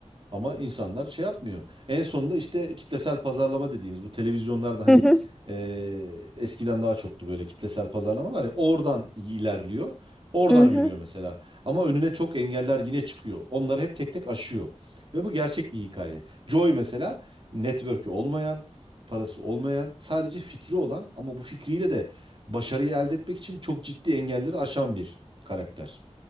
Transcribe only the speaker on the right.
Ama insanlar şey yapmıyor. En sonunda işte kitlesel pazarlama dediğimiz bu televizyonlarda hani
e, eskiden daha çoktu böyle kitlesel pazarlama var ya oradan ilerliyor. Oradan
yürüyor mesela. Ama önüne çok engeller yine çıkıyor. Onları hep tek tek aşıyor. Ve bu gerçek bir hikaye. Joy mesela network'ü olmayan, parası olmayan, sadece fikri olan ama bu fikriyle de başarıyı elde etmek için çok ciddi engelleri aşan bir karakter.